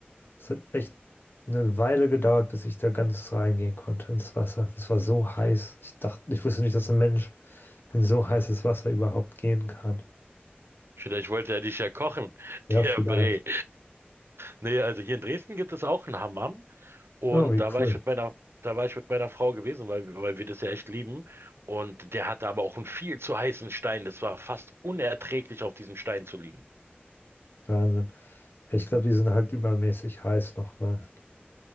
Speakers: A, on the left (about 60°); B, on the right (about 80°).
A: Es hat echt eine Weile gedauert, bis ich da ganz reingehen konnte ins Wasser. Das war so heiß. Ich dachte, ich wusste nicht, dass ein Mensch in so heißes Wasser überhaupt gehen kann.
B: Vielleicht wollte er dich ja kochen,
A: Ja,
B: <laughs>
A: vielleicht.
B: der Bre. Nee, also hier in Dresden gibt es auch einen Hammam. Und
A: Oh, wie
B: da war
A: cool.
B: ich mit meiner, da war ich mit meiner Frau gewesen, weil, weil wir das ja echt lieben. Und der hatte aber auch einen viel zu heißen Stein. Das war fast unerträglich, auf diesem Stein zu liegen.
A: Wahnsinn. Ja, Ich glaube, die sind halt übermäßig heiß nochmal.